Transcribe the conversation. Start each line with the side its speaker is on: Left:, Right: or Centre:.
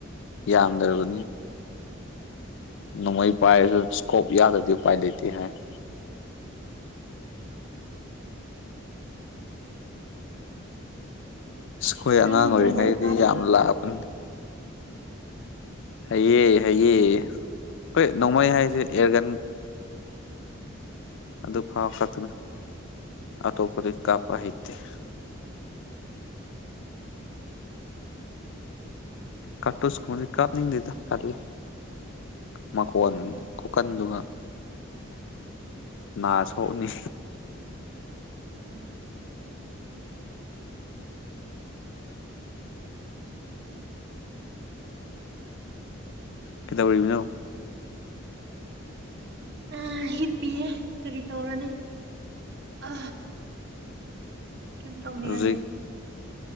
Left: ꯌꯥꯗꯔꯔꯕ ꯅꯣꯡꯃꯩ ꯄꯥꯏꯁ ꯏꯁꯀꯣꯞ ꯌꯥꯗꯗꯤ ꯄꯥꯏ ꯂꯩꯇ ꯍꯥꯏ <unintelligible> ꯑ ꯑꯩꯈꯣꯏ ꯑꯉꯥꯡ
Right: ꯅꯪꯗꯤ
Left: ꯑꯣꯏꯔꯤꯉꯩꯗꯤ
Right: ꯅꯣꯡꯃꯩ ꯀꯥꯞꯄ
Left: ꯌꯥꯝ
Right: ꯍꯩꯕ꯭ꯔꯣ
Left: ꯂꯥꯛꯄꯅꯤ ꯍꯌꯦꯌꯦ ꯍꯌꯦ ꯑꯩꯈꯣꯏ ꯅꯣꯡꯃꯩ ꯍꯥꯏꯁꯦ ꯑꯦꯔꯒꯟ ꯑꯗꯨ ꯑꯗꯨ ꯐꯥꯎ ꯐꯅ ꯑꯇꯣꯞꯄꯗꯤ ꯀꯥꯄ ꯍꯦ <unintelligible> ꯀꯠꯣ ꯁꯀꯨꯝꯗꯤ ꯀꯥꯞꯅꯤꯡꯗꯗ ꯇꯔꯂ ꯃꯥ ꯀꯟ ꯀꯀꯟꯗꯨꯒ ꯅꯥ ꯁꯣꯛꯅꯤ
Right: ꯎꯝ
Left: ꯀꯗ ꯄꯨꯔꯤꯕ ꯅ
Right: ꯑ ꯍꯤꯠꯄꯤꯤꯌꯦ ꯀꯔꯤ ꯇꯧꯔꯅꯤ ꯑ ꯀꯝ ꯇꯧꯅꯤꯉ
Left: ꯍꯧꯖꯤꯛ
Right: ꯂꯩꯇ